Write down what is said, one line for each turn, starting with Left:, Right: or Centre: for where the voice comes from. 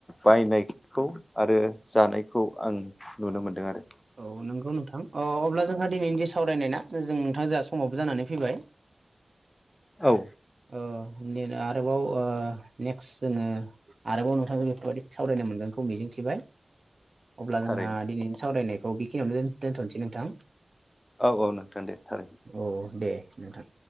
Left: बायनायखौ आरो जानायखौ आं नुनो मोनदों आरो।
Right: औ नंगौ नोंथां अ अब्ला जोंहा दिनैनिदि सावरायनाय ना जों नोंथां जोंहा समावबो जानानै फैबाय। <unintelligible>
Left: औ।
Right: ओ निन आरोबाव ओ नेक्स जोङो आरोबाव नोंथांखौ बेफोरबायदि सावरायनो मोनगोनखौ मिजिंथिबाय। अब्ला जोंहा
Left: थारैनो
Right: दिनैनि सावरायनायखौ बेखिनियावनो दोनथनोसै नोंथां।
Left: औ औ नोंथां दे थारैनो
Right: औ दे नोंथां।